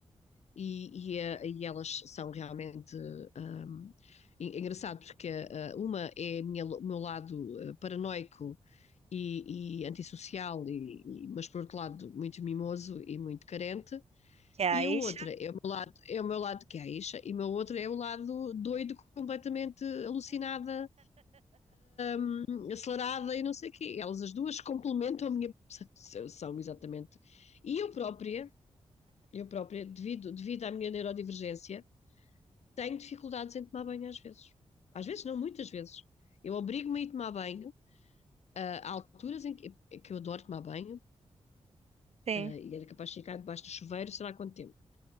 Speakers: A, on the left; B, on the right.
A: e, e, eh, e elas são realmente um, engraçado porque uh, uma é o meu lado uh, paranoico e, e antissocial, e, e, mas por outro lado muito mimoso e muito carente,
B: Que há
A: e
B: isso,
A: a outra é o meu lado, é o meu lado queixa, e o meu outro é o lado doido, completamente alucinada, um, acelerada e não sei o quê. Elas as duas complementam a minha são exatamente. E eu própria, eu própria, devido, devido à minha neurodivergência, tenho dificuldades em tomar banho às vezes. Às vezes não, muitas vezes. Eu obrigo-me a ir tomar banho, ah, há alturas em que, que eu adoro tomar banho,
B: sim.
A: ah, e era capaz de ficar debaixo do chuveiro, sei lá quanto tempo.